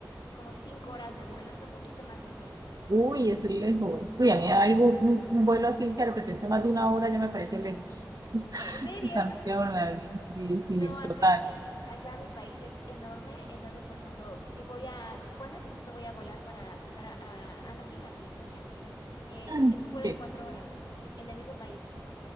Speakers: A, on the left; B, on the right.
A: como cinco horas de vuelo. Está un poquito más lejos.
B: Uy, es lejos. Uy, a mí algo, un, un vuelo así que represente más de una hora ya me parece lejos. <laughs>
A: ¿En serio?
B: Santiago, la sí, sí,
A: No,
B: total.
A: acá sí, acá mi país es enorme. Entonces, por ejemplo, si voy a Tijuana, que justo voy a volar para cruzar a, a Anaheim, a California, es,
B: <clears throat>
A: es un vuelo
B: Sí,
A: de cuatro horas en el mismo país.